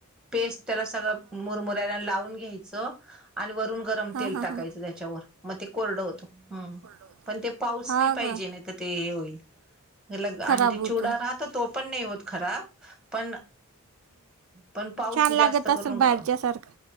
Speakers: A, in the centre; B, on the right.
A: पेस्ट त्याला सगळं मुरमुऱ्याला लावून घ्यायचं. आणि वरून गरम तेल
B: आणि
A: टाकायचं त्याच्यावर मग ते कोरडं होत हम्म
B: होतं
A: पण ते पाऊस नाही पाहिजे, नाही तर ते हे होईल. ल आणि
B: खराब
A: ते
B: होतो.
A: चिवडा राहतो तो पण नाही होत खराब पण पण पाऊस
B: छान लागत
A: जास्त
B: असेल
A: करून
B: बाहेरच्या
A: अह
B: सारखं